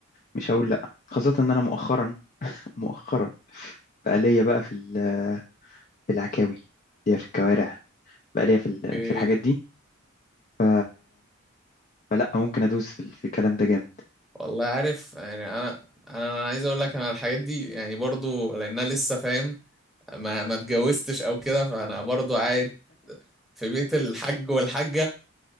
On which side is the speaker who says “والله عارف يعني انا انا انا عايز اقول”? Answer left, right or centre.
Centre